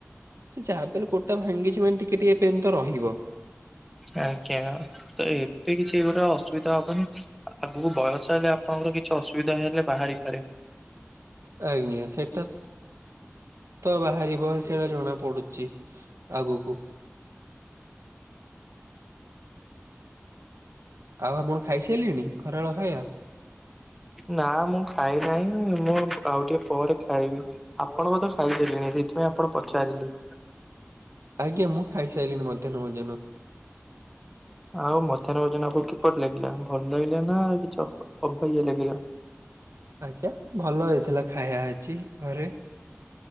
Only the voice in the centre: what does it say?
ଆଜ୍ଞା ତ ଏ ତେ କିଛି ଏଇଗୁଟା ଅସୁବିଧା ହବନି ଆଗକୁ ବୟସ ହେଲେ ଆପଣଙ୍କର କିଛି ଅସୁବିଧା ହେଲେ ବାହାରିପାରେ।
ନା ମୁଁ ଖାଇ ନାହିଁ ମୁଁ ଆଉ ଟିକେ ପରେ ଖାଇବି ଆପଣ ବୋଧେ ଖାଇସାଇଲେଣି? ମୁଇ ଆପଣ ପଚାରିଲି।
ଆଉ ମଧ୍ୟାହ୍ନ ଭୋଜନ ଆପ କିପରି ଲାଗିଲା ଭଲ ଲାଗିଲା ନା କିଛି ଅବାଗିଆ ଲାଗିଲା?